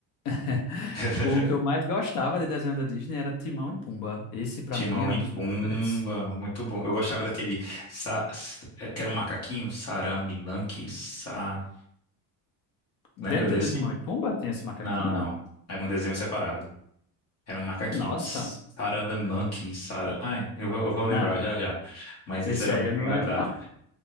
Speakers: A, on the left; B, on the left.
A: <laughs>
B: <laughs>
A: O que eu mais gostava de desenho da Disney era Timão e Pumba. Esse, pra
B: Timão
A: mim, era
B: e
A: um dos
B: Pumba,
A: meus preferidos.
B: muito bom. Eu gostava daquele sa, s- eh, que era um macaquinho, Saramilanque, sa.
A: Dentro
B: Lembra desse?
A: do Timão e Pumba tem esse macaquinho?
B: Não, não. Era um desenho separado. Era um macaquinho.
A: Nossa,
B: Saramilanque, Sara. Ai, eu vou, eu vou
A: não.
B: lembrar já já. Mas
A: Esse
B: esse era
A: aí
B: muito
A: eu não
B: engraçado.
A: lembro, não.